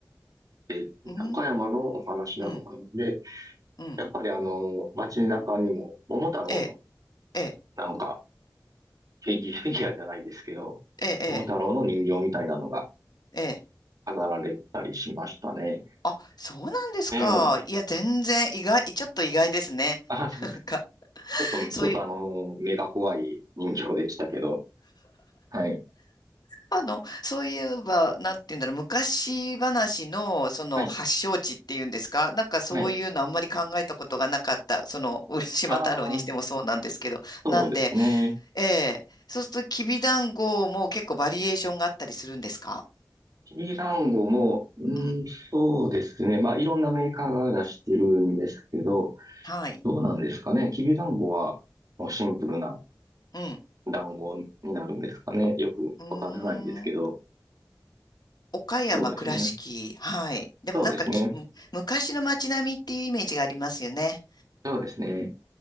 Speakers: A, on the right; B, on the left.
A: で、
B: うん。
A: 岡山のお話なのかなので、
B: うん。うん
A: やっぱりあの、街中にも桃太郎の
B: ええ、ええ、
A: なんか、フィギュフィギュアじゃないですけど、
B: ええ、
A: 桃太郎の人形みたいなのが
B: ええ。ええ
A: 飾られたりしましたね。
B: あ、そうなんですか。
A: ええ。
B: いや、全然意外、ちょっと意外ですね。
A: あ、そうですか。
B: なんか。
A: ちょっと、
B: そういう
A: ちょっとあの、目が怖い人形でしたけど。はい。
B: あの、そういえば、なんて言うんだろう、昔話の、その、
A: はい。
B: 発祥地っていうんですか、なんかそういうのあんまり考えたことがなかった、
A: はい。
B: その、浦島太郎にしてもそうなんですけど、
A: ああ、そうですね。
B: なんで、ええ、そうすると、きびだんごも結構バリエーションがあったりするんですか
A: きランゴも、うん、
B: うん。
A: そうですね。まあ、いろんなメーカーが出してるんですけど、
B: はい。
A: どうなんですかね。きびだんごは、もうシンプルな
B: うん。
A: 団子になるんですかね。よくわからないんですけど。
B: うーん。岡山、
A: そうですね。
B: 倉敷。はい。でもなんかき、
A: そうですね。
B: む昔の街並みっていうイメージがありますよね。
A: そうですね。